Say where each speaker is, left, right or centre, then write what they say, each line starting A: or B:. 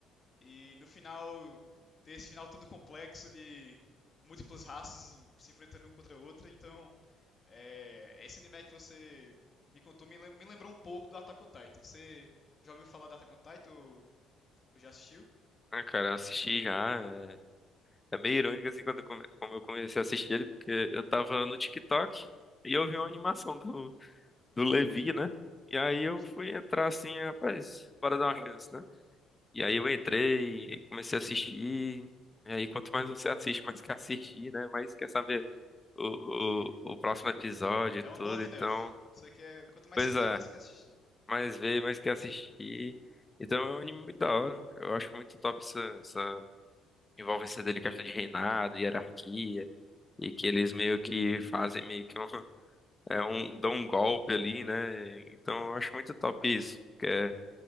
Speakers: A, on the left; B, on the left.
A: E no final, ter esse final todo complexo de múltiplas raças se enfrentando uma contra a outra. Então, é, esse anime que você me contou me, lem- me lembrou um pouco do Attack on Titan. Você já ouviu falar do Attack on Titan ou, ou já assistiu?
B: Ah, cara, eu assisti já. é, É meio irônico assim quando eu come- como eu comecei a assistir ele, porque eu tava no TikTok e eu vi uma animação do, do Levi, né? E aí eu
A: Sim,
B: fui entrar assim, rapaz, bora dar uma chance, né? E aí eu entrei e comecei a assistir. E aí quanto mais você assiste, mais quer assistir, né? Mais quer saber o,
A: sim.
B: o, o próximo episódio
A: É
B: e tudo.
A: uma bola de
B: Então,
A: neve. Você quer, quanto mais
B: pois
A: você vê,
B: é,
A: mais você quer assistir.
B: mais vê, mais quer assistir. Então é um anime muito da hora. Eu acho muito top essa, essa envolvência dele, questão de reinado, hierarquia. e que eles
A: Sim,
B: meio que fazem meio que um, <laughs> é um dão um golpe ali, né? Então eu acho muito top isso, que é,